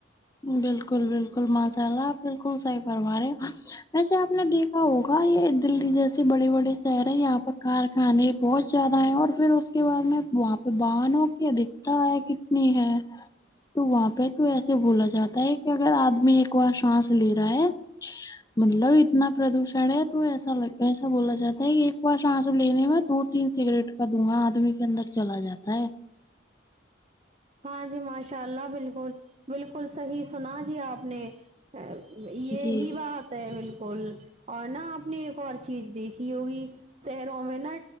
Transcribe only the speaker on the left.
بالکل بالکل ماشاء اللہ آپ بالکل صحیح فرما رہے ویسے آپ نے دیکھا ہوگا یہ دلی جیسے بڑے بڑے شہر ہیں یہاں پر کارخانے بہت زیادہ ہے اور پھر اس کے بعد میں وہاں پہ باہنوں کی ادھکتایا کتنی ہے تو وہاں پہ تو ایسے بولا جاتا ہے کہ اگر آدمی ایک بار سانس لے رہا ہے مطلب اتنا پردوشن ہے تو ایسا ایسا بولا جاتا ہے ایک بار سانس لینے میں دو تین سے سگریٹ کا دھگا آدمی کے اندر چلا جاتا ہے
جی